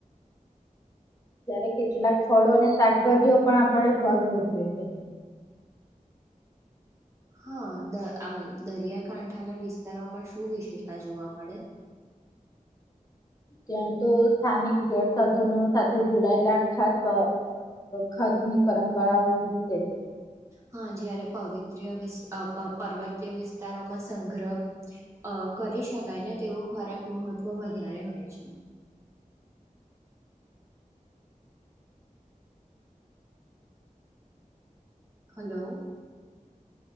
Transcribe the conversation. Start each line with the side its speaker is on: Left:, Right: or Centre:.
Left: ત્યારે કેટલાક ફળો અને શાકભાજીઓ પણ આપણે ભાગ ભજવેએ છે.
Right: હા આમ દરિયાકાંઠાના વિસ્તારોમાં શું વિશેષતા જોવા મળે.
Left: ત્યાં તો સ્થાનિક જળ સાધનો સાથે જોડાયેલા ખદ ખદ ની પરંપરાઓતે છે.
Right: હા જયારે પવિત્ર્ય વિ પર્વતીય વિસ્તારોમાં સંગ્રહ કરી શકાય ને તેવો ખોરાક મહત્વ વધારે હોય છે. હલો.